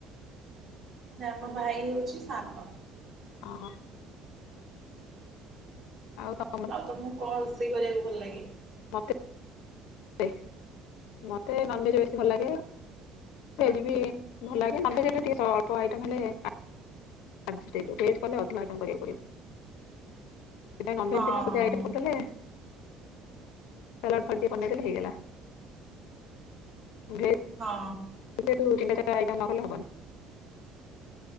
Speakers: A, on the right (about 45°); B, on the left (about 70°).
A: ନା ମୋ ଭାଇ ହଉଚି ସାନ।
B: ଅହୋ। ଆଉ ତ
A: ଆଉ ତମୁକୁ କଣ ରୋଷେଇ କରିଆକୁ ଭଲ ଲାଗେ?
B: ମତେ <inaudible> ମତେ ନନଭେଜ୍ ବେଶୀ ଭଲ ଲାଗେ। ଭେଜ୍ ବି ଭଲ ଲାଗେ ନନଭେଜ୍ ହେଲେ ଟିକେ ସ ଅଳ୍ପ ଆଇଟମ ହେଲେ ଆ <inaudible> ଭେଜ୍ କଲେ ଅଧିକ ଆଇଟମ କରିଆକୁ ପଡିବ। ଏ ନନଭେଜ୍
A: ହଁ
B: ଥିଲେ ଗୋଟେ ଆଇଟମ କରିଦେଲେ ସାଲାଡ ଫାଲ୍ ଟିକେ ବନେଇ ଦେଲେ ହେଇଗଲା ଭେ-
A: ହଁ।
B: ଦେ ତୁ ତିନି ଚାରିଟା ଆଇଟମ୍ ନ କଲେ ହବନି।